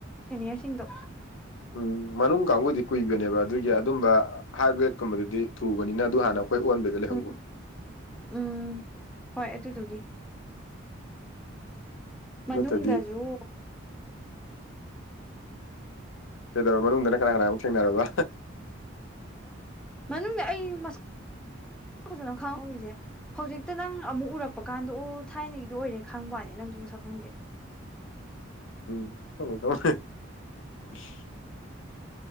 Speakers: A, in the centre; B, on the left.
A: ꯁꯦꯅꯤꯌꯔꯁꯤꯡꯗꯣ꯫
B: ꯎꯝ ꯃꯅꯨꯡ ꯀꯥꯡꯕꯨꯗꯤ ꯀꯨꯏꯕꯅꯦꯕ ꯑꯗꯨꯒꯤ ꯑꯗꯨꯝꯕ ꯍꯥꯏꯠ ꯋꯦꯠꯀꯨꯝꯕꯗꯨꯗꯤ ꯊꯨꯕꯅꯤꯅ ꯑꯗꯨ ꯍꯥꯟꯅ ꯑꯩꯈꯣꯏ ꯑꯣꯟꯕꯩꯗ ꯂꯩꯍꯧꯕ
A: ꯎꯝ ꯎꯝ ꯍꯣꯏ ꯑꯗꯨꯗꯨꯒꯤ ꯃꯅꯨꯡꯗꯖꯨ
B: ꯅꯠꯇ꯭ꯔꯗꯤ ꯀꯗꯧꯔꯕ ꯃꯅꯨꯡꯗꯅ ꯀꯅꯥ ꯀꯅꯥ ꯑꯃꯨꯛ ꯊꯦꯡꯅꯔꯕ
A: ꯃꯅꯨꯡꯗ ꯑꯩ ꯃꯁꯛ ꯐꯖꯅ ꯈꯪꯍꯧꯔꯤꯖꯦ ꯍꯧꯖꯤꯛꯇ ꯅꯪ ꯑꯃꯨꯛ ꯎꯔꯛꯄ ꯀꯥꯟꯗ ꯑꯣ ꯊꯥꯏꯅꯒꯤꯗꯣ ꯑꯣꯏꯔꯦ ꯈꯪꯕꯋꯥꯅꯦ ꯅꯪꯖꯨ ꯃꯁꯛ ꯈꯪꯗꯦ
B: <unintelligible>